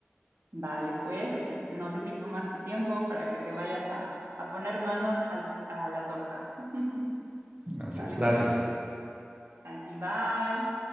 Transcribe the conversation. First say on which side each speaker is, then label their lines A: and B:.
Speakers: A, on the right; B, on the right.
A: Vale, pues, pues no te quito más tu tiempo para que te vayas a, a poner manos al pa- a la torta. <laughs>
B: Así
A: Sale
B: es, gracias.
A: pues, a ti, bye.